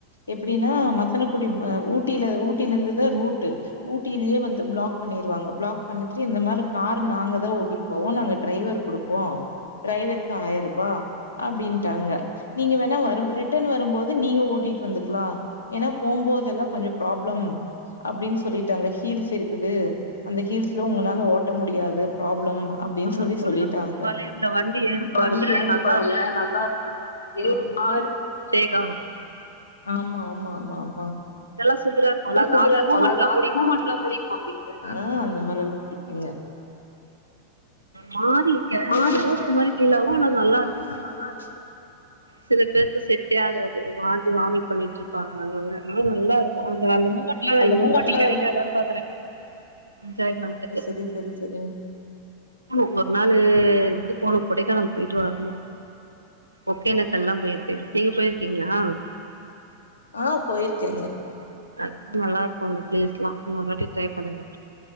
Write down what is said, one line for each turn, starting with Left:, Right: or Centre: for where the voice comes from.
Left: எப்டினா மசனக்குடி ஊட்டில ஊட்டிலிந்துதா ரூட்டு ஊட்டிலயே வந்து பிளாக் பண்ணிருவாங்க பிளாக் பண்ணிட்டு இந்த மாரி கார் நாங்கதா ஓட்டிட்டு போவோ நாங்க டிரைவர் குடு ஓ டிரைவருக்கு ஆயிருபா அப்டின்ட்டாங்க நீங்க வேணா வரும் ரிட்டன் வரும்போது நீங்க ஓட்டிட்டு வந்துக்லா ஏனா போம்போதெல்லா கொஞ்சோ ப்ராப்ளம் அப்டின்னு சொல்லிட்டாங்க ஹீல்ஸ் இருக்குது அந்த ஹீல்ஸ்ல உங்கனால ஓட்ட முடியாது ப்ராப்ளம் அப்டின்னு
Right: அந்த
Left: சொல்லி
Right: கொண்ட
Left: சொல்லிட்டாங்க
Right: ஊசி வளைவுல வண்டி ஏறும் பாருங்க
Left: வண்டி ஏறும்
Right: நல்லா
Left: பாருங்க
Right: இருக்கு
Left: நல்லா இருக்கு ஆ
Right: ஸ்டே கவ்
Left: ஆமா ஆமா ஆமா ஆமா
Right: அதெல்லா சூப்பரா இருக்கு அழகா
Left: இதா <unintelligible>
Right: அந்த மூமெண்ட்லா புடிக்குமா உங்களுக்கு
Left: புடிக்கு அப்டினு ஆ அந்த மாரியெல்லா புடிக்குங்க
Right: மாரி இருக்க
Left: ஆடிருக்கே
Right: வேற இருக்க மாரி பீல் ஆவு ஆனா நல்லா
Left: அதுவும்
Right: இருக்கு
Left: ஆனா நல்லா இரு
Right: சில பேருக்கு செட்டே ஆகாது வாந்தி வாமிட் பண்ணிட்ருப்பாங்க அங்க அங்க நா
Left: அந்த
Right: இன்னொரு
Left: மூமெண்ட்லா
Right: வாட்டி கெடைக்காதான்னு
Left: இருந்துச்சா
Right: பாக்குறே என்ஜாய்மெண்டக்கு
Left: தே செரி செரி செரிங்
Right: போனு ஒரு நாளு இது போணு கொடைக்கானல் பொயிட்டு வரணு ஓக்கேனக் எல்லா போயிருக்கேங்க நீங்க போயிருக்கீங்களா
Left: ஆ போயிருக்கேங்க
Right: அதல்லா நல்லா இருக்கு அந்த பிளேஸ்லா இன்னோரு வாட்டி ட்ரை பண்ணுங்க